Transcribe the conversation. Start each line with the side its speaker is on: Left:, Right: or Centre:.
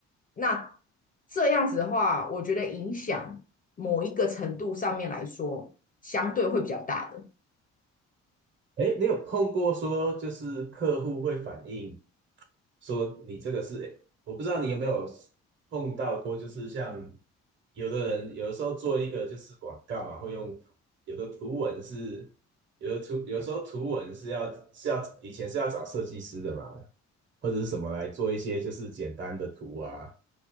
Left: 那这样子的话，我觉得影响某一个程度上面来说，相对会比较大的。
Right: 哎，你有碰过说就是客户会反映？说你这个是，诶我不知道你有没有碰到过，就是像有的人有的时候做一个就是广告嘛，会用图有的图文是有的图，有的时候图文是要是要以前是要找设计师的嘛，或者是什么来做一些就是简单的图啊，